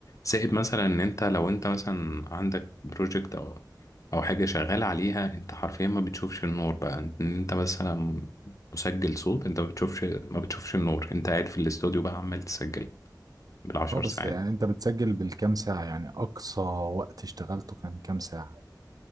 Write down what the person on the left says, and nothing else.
زائد مثلا ان انت لو انت مثلا عندك بروجكت او او حاجه شغال عليها انت حرفيا ما بتشوفش النور بقى ان انت مثلا مسجل صوت انت ما بتشوفش ما بتشوفش النور انت قاعد في الاستوديو بقى عمال تسجل بالعشر
ساعات